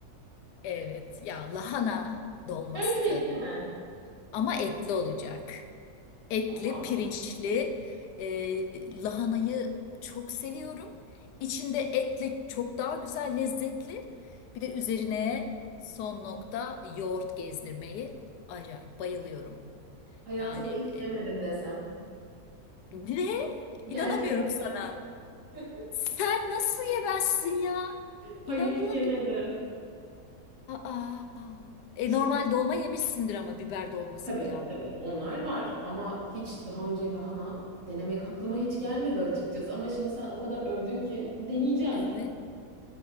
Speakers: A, on the left (about 85°); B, on the right (about 50°).
A: Evet ya lahana dolması
B: Gerçekten.
A: ama etli olacak. Etli,
B: Aa,
A: pirinçli. e, lahanayı çok seviyorum. İçinde etle çok daha güzel, lezzetli. Bir de üzerine son nokta yoğurt gezdirmeyi acayip bayılıyorum.
B: hayatımda
A: Yani
B: hiç
A: e,
B: yemedim desem.
A: ne? İnanamıyorum
B: Gerçekten.
A: sana.
B: <laughs>
A: Sen nasıl yemezsin ya?
B: Hayır
A: İnanılır
B: hiç yemedim.
A: gibi. Aa. E,
B: Şimdi.
A: normal dolma yemişsindir ama biber dolması
B: Tabii
A: filan.
B: tabii onlar var ama hiç daha önce lahana denemek aklıma hiç gelmedi açıkçası. Ama şimdi sen o kadar övdün ki deneyeceğim.
A: Evet.